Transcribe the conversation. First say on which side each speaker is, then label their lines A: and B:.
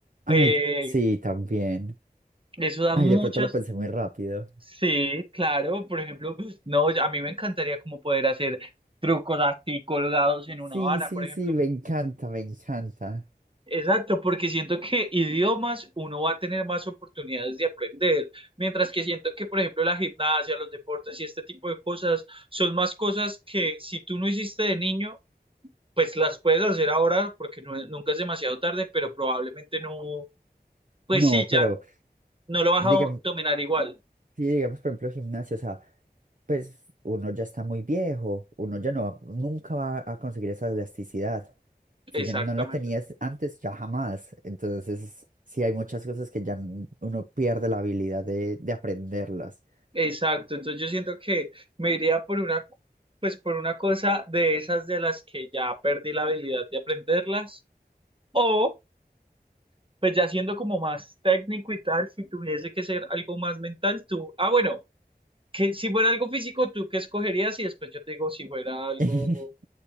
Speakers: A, on the right; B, on the right.
A: Ay,
B: eh,
A: sí, también.
B: eso da
A: Ay,
B: muchas,
A: de pronto lo pensé muy rápido.
B: sí, claro, por ejemplo, no, a mí me encantaría como poder hacer trucos así colgados en
A: Sí,
B: una vara,
A: sí,
B: por ejemplo.
A: sí, me encanta, me encanta.
B: Exacto, porque siento que idiomas uno va a tener más oportunidades de aprender, mientras que siento que, por ejemplo, la gimnasia, los deportes y este tipo de cosas son más cosas que si tú no hiciste de niño, pues las puedes hacer ahora porque no- nunca es demasiado tarde, pero probablemente no, pues
A: No,
B: sí, ya
A: pero
B: no lo vas
A: digamos,
B: a do- dominar igual.
A: sí, digamos, por ejemplo, gimnasio, o sea, pues uno ya está muy viejo, uno ya no, va- nunca va a conseguir esa elasticidad. Si
B: Exactamente.
A: ya no la tenías antes, ya jamás. Entonces, sí, hay muchas cosas que ya n- uno pierde la habilidad de, de aprenderlas.
B: Exacto. Entonces yo siento que me iría por una, pues por una cosa de esas de las que ya perdí la habilidad de aprenderlas, o pues ya siendo como más técnico y tal, si tuviese que ser algo más mental, tú, ah, bueno, que si fuera algo físico, ¿tú qué escogerías? Y después yo te digo si fuera algo,
A: <laughs>